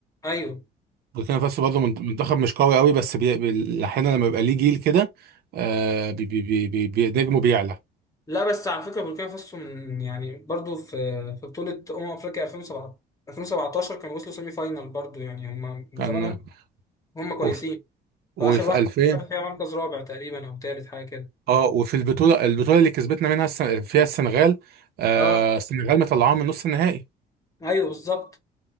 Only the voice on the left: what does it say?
ايوه
لا بس على فكرة بوركينا فاسو من يعني برضو في في بطولة أمم أفريقيا 2017 2017 كانوا وصلوا سيمي فاينال برضو يعني هم من
زمان هم هم كويسين
وآخر واحدة
خدوا فيها مركز رابع تقريبا أو تالت حاجة كده
اه
ايوه بالظبط